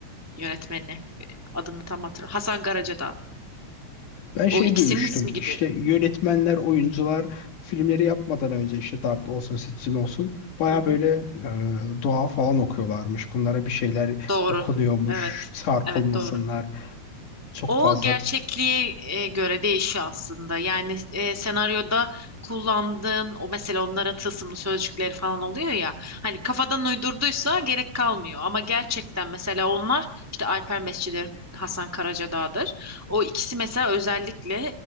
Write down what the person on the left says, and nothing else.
Ben şey
duymuştum.
İşte yönetmenler, oyuncular filmleri yapmadan önce işte dub olsun, sitsin olsun. Baya
böyle
e, dua falan okuyorlarmış. Bunlara bir şeyler
okunuyormuş.
Çarpılmasınlar.
Çok
fazla.